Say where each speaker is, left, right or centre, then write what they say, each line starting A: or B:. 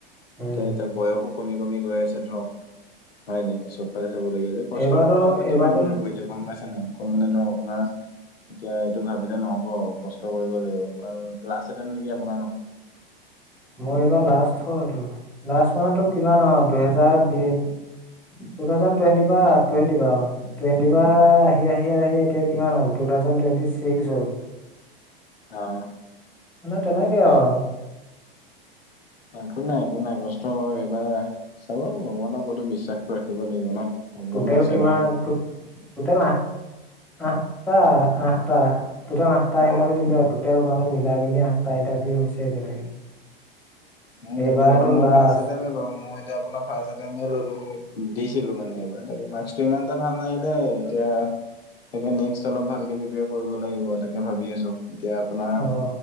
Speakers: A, in the centre; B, on the left (about 80°).
A: উম
B: এতিয়া-এতিয়া বয়সো কমি-কমি গৈ আছে ধৰক হয় নাই চবফালে চাবলগীয়া হৈছে কষ্টৰ
A: এইবাৰতো
B: কৰাৰ ওপৰত ডিপেন
A: এইবাৰতো
B: কৰিব এতিয়া গম পাইছ তেনেকৈ মানে ধৰক আপোনাৰ এতিয়া এইটো ভাবিলে নহ'ব আৰু কষ্ট কৰিবই লাগিব কাৰণ লাষ্ট এটাইম নেকি আপোনাৰ নিকি ন
A: মই এইবাৰ লাষ্ট হয় লাষ্ট মান তোৰ কিমান অ দুহেজাৰ বি টু থ্ৰাউজেন টুৱেনটি পা অ টুৱেন্টি পৰা আহি-আহি-আহি এতিয়া কিমান হ'ল? টুথ্ৰাউজেন টুৱেন্টি চিক্স হ'ল।
B: আহ!
A: মানে তেনেকে আৰু।
B: একো নাই একো নাই কষ্ট কৰক এইবাৰ চাব ভগৱানৰ ওপৰতো বিশ্বাসটো ৰাখিব লাগিব ন। ভগৱানো
A: টোট্ৰেল
B: আছে
A: কিমান
B: নহয়।
A: টোট্ৰেল আঠ আঠটা আঠটা। টুট্ৰেল আঠটা
B: অ'।
A: ইণ্টাৰভিউ দিলে আৰু মিলাইটুট্ৰেল মিলি আঠটা ইণ্টাৰভিউ হৈছে এতিয়ালৈকে।
B: মও
A: এইবাৰতো
B: তাকে এবাৰ মও
A: লাষ্ট
B: ফ্ৰাষ্ট অতেমে বাৰু মই এতিযা আপোনাৰ ফ্ৰষ্ট আটেমে ললোঁ। দিছিলোঁ মানে এইবাৰ তাকে মাক্কসটো ইমান এটা ভাল নাহিলে এতিয়া। তাকে নেক্স অলপ ভালকে প্ৰিপেয়াৰ কৰিব লাগিব তাকে ভাবি আছোঁ। এতিয়া আপোনাৰ
A: অ